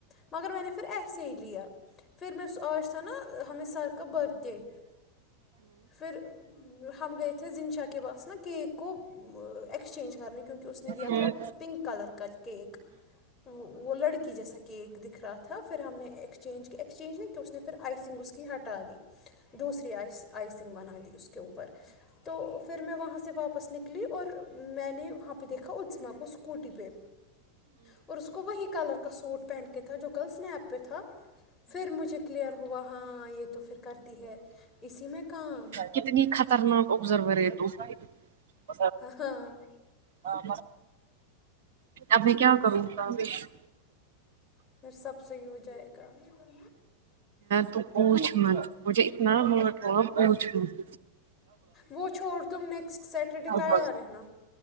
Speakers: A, on the left; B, on the right.
A: مگر میں نے پھر ایسے ہی لیا پھر میں س آج تھا نا ہمیں سر کا برت ڈے پھر ہم گیئے تھے زنشا کے باس نا کیک کو ایکسچینج کرنے کیونکہ اس نے د
B: ہوں ہوں ہوں ہوں
A: پنک کلر کا کیک وہ لڑکی جیسا کیک دکھ رہا تھا پھر ہم نے ایکسچینج ایکسچینج نہیں نے پھر آئسنگ اس کی ہٹا دی دوسری آئسنگ بنا دی اس کے اوپر تو پھر میں وہاں سے واپس نکلی اور میں نے وہاں پہ دیکھا ا کو اسکوٹی پہ اور اس کو وہی کلر کا سوٹ پہن کے تھا جو کل سنیپ پہ تھا پھر مجھے کلیئر ہوا ہاں یہ تو پھر کرتی ہے اسی میں کام
B: کتنی خطرناک آبزرور ہے تو م
A: ہاں
B: ہاں اپنی کیا کرمی س
A: سب صحیح ہو جائے گا کاف
B: تو اونچ مت مجھے اتنا مٹ ہو اونچ مت
A: وہ چھوڑ تم نیکسٹ سیٹرڈے تیار
B: ب
A: رہنا